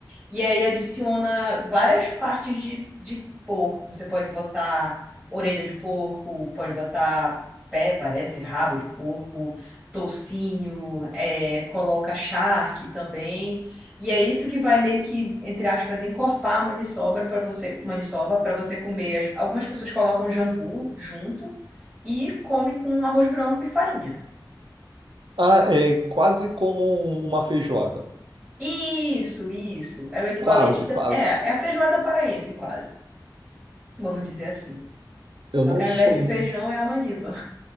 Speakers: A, in the centre; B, on the right.
A: E aí adiciona várias partes de, de porco. Você pode botar orelha de porco, pode botar pé, parece, rabo de porco, toucinho, é, coloca charque também. E é isso que vai meio que, entre aspas, encorpar a maniçoba para você, maniçoba para você comer. As- Algumas pessoas colocam jambu junto e come com arroz branco e farinha.
B: Ah, é quase como uma feijoada.
A: Isso, isso. É o equivalente
B: Quase,
A: da.
B: quase.
A: É, é a feijoada paraense, quase. Vamos dizer assim.
B: Eu
A: Só
B: não
A: que ao
B: sou.
A: invés de feijão é a maniva.